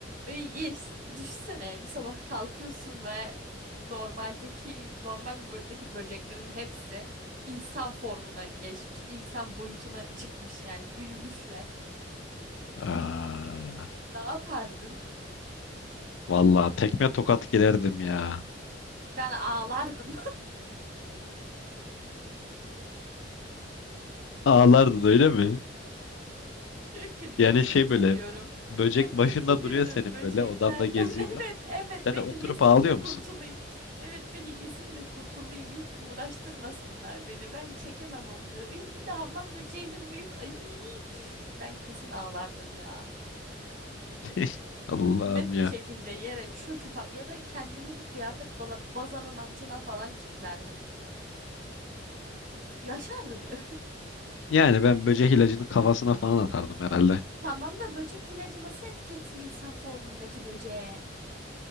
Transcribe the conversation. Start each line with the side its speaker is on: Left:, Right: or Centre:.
Right: İyi, düşünsene bir sabah kalkıyorsun ve normaldeki normal boyuttaki böceklerin hepsi insan formuna geçmiş, insan boyutuna çıkmış yani büyümüşler.
Left: Aa,
Right: Ne yapardın?
Left: vallahi tekme tokat girerdim ya.
Right: Ben ağlardım.
Left: Ağlardın öyle mi?
Right: Diyor ki
Left: Yani
Right: nefret
Left: şey böyle
Right: ediyorum.
Left: böcek
Right: Nefret
Left: başında
Right: ediyorum
Left: duruyor senin
Right: böceklerden.
Left: böyle odanda geziyor.
Right: <laughs> Evet, evet
Left: Sen
Right: beni
Left: de oturup
Right: yesin
Left: ağlıyor
Right: de
Left: musun?
Right: kurtulayım. Evet beni yesin de kurtulayım. Hiç uğraştırmasınlar beni. Ben çekemem onları. Ay bir de hamam böceğinin büyük. Ay ben kesin ağlardım ya.
Left: <laughs> Allah'ım
Right: Net
Left: ya.
Right: bir şekilde yere çöküp ya da kendimi bir kıyafet dolap bazanın altına falan kilitlerdim. Yaşardım. <laughs>
Left: Yani ben böcek ilacını kafasına falan atardım herhalde.
Right: Tamam da böcek ilacı nasıl etki etsin insan formundaki böceğe?